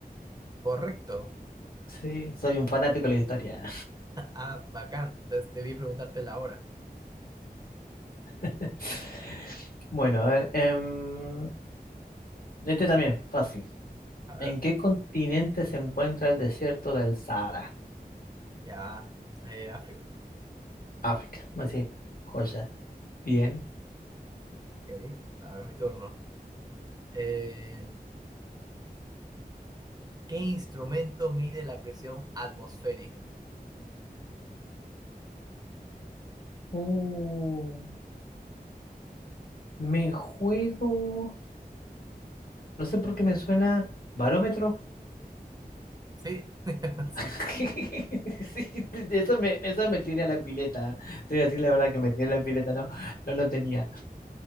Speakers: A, on the right; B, on the left.
A: Correcto.
B: Sí, soy un fanático de la historia.
A: Ah, bacán. Entonces debí preguntarte la hora.
B: <laughs> Bueno, a ver. em, este también, fácil.
A: A ver,
B: ¿En qué continente se encuentra el desierto del Sahara?
A: ya. Eh, África.
B: África. Así, joya. Bien.
A: Ok, a ver, mi turno. Eh, ¿qué instrumento mide la presión atmosférica?
B: Uh, me juego. No sé por qué me suena barómetro.
A: Sí, <laughs> sí.
B: <laughs> Sí, eso me, eso me tiré a la pileta. ¿eh? Te voy a decir la verdad que me tiré a la pileta, no, no lo tenía.